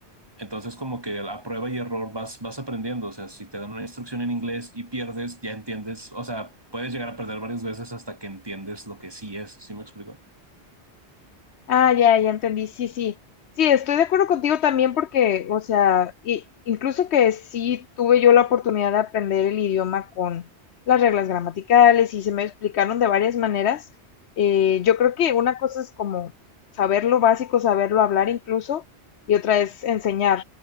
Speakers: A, on the right; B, on the left.
A: Entonces, como que a prueba y error vas, vas aprendiendo. O sea, si te dan una instrucción en inglés y pierdes, ya entiendes. O sea, puedes llegar a perder varias veces hasta que entiendes lo que sí es. ¿Sí me explico?
B: Ah, ya, ya entendí. Sí, sí. Sí, estoy de acuerdo contigo también porque, o sea, i- incluso que sí tuve yo la oportunidad de aprender el idioma con las reglas gramaticales y se me explicaron de varias maneras. eh, yo creo que una cosa es como saber lo básico, saberlo hablar incluso, y otra es enseñar.